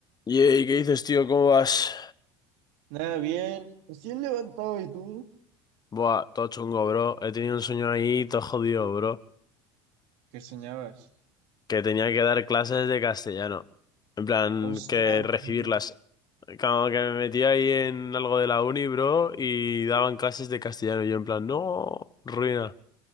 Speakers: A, on the left (about 25°); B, on the right (about 70°).
A: Yey, ¿qué dices, tío? ¿Cómo vas?
B: Nada, bien. Recién levantado, ¿y tú?
A: Buah, todo chungo, bro. He tenido un sueño ahí, todo jodido, bro.
B: ¿Qué soñabas?
A: Que tenía que dar clases de castellano. En plan,
B: Hostia,
A: que recibirlas.
B: mm,
A: Como que me metí ahí en algo de la uni, bro, y daban clases de castellano. Y yo en plan, no, ruina.